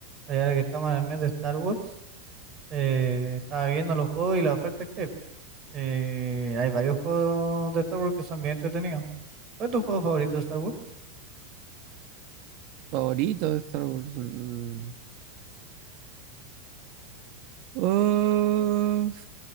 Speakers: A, on the right; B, on the right.
A: Y ahora que estamos en el mes de Star Wars, eh, estaba viendo los juegos y la oferta que hay. Eh, hay varios juegos de Star Wars que son bien entretenidos. ¿Cuál es tu juego favorito de Star Wars?
B: Favorito de Star Wars. mm, uf,